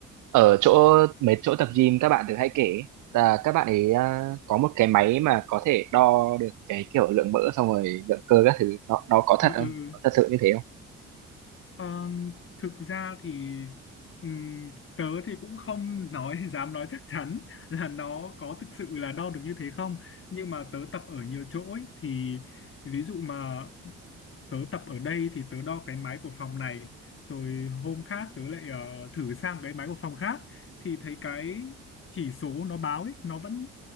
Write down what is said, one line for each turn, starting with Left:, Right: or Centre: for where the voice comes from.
Right: ở chỗ mấy chỗ tập gym các bạn thường hay kể ấy, là các bạn ấy à, có một cái máy mà có thể đo được cái kiểu lượng mỡ xong rồi lượng cơ các thứ nó nó có thật
Left: Ừ, ừ,
Right: không
Left: ừ.
Right: có thật sự như thế không
Left: Ờ, thực ra thì ừm, tớ thì cũng không nói <laughs> dám nói chắc chắn là nó có thực sự là đo được như thế không nhưng mà tớ tập ở nhiều chỗ ấy, thì ví dụ mà tớ tập ở đây thì tớ đo cái máy của phòng này rồi hôm khác tớ lại ờ, thử sang cái máy của phòng khác thì thấy cái chỉ số nó báo ấy nó vẫn